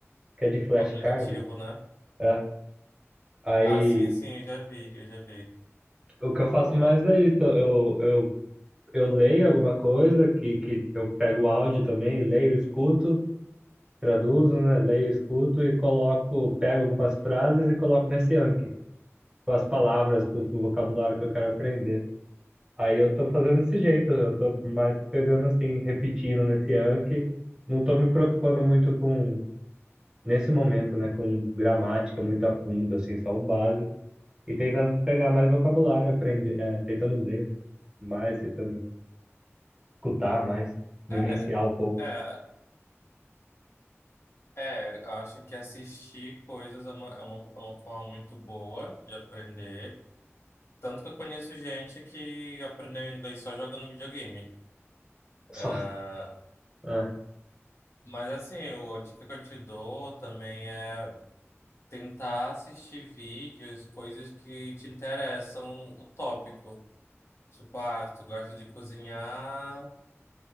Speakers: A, on the right (about 15°); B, on the left (about 60°).
A: que é de flashcards.
B: Aplicativo, né?
A: É. Aí
B: Ah, sim, sim, eu já vi, eu já vi.
A: o que eu faço mais é isso. Eu, eu, eu leio alguma coisa que, que eu pego o áudio também, leio, escuto, traduzo, né? Leio, escuto e coloco, pego algumas frases e coloco nesse Anki, com as palavras, com o vocabulário que eu quero aprender. Aí eu tô fazendo desse jeito, eu tô mais pegando assim, repetindo nesse Anki. Não tô me preocupando muito com, nesse momento, né, com gramática muito a fundo, assim, só o básico E tentando pegar mais vocabulário, aprender, é, tentando ler, né? mais, tentando escutar mais, vivenciar
B: É,
A: um pouco.
B: é, é. Acho que assistir coisas é uma, é uma, é uma forma muito boa de aprender. Tanto que eu conheço gente que aprendeu inglês só jogando videogame. Ah,
A: Só. Ah,
B: mas assim, o- a dica que eu te dou também é tentar assistir vídeos, coisas que te interessam o tópico. Tipo, ah, se tu gosta de cozinhar,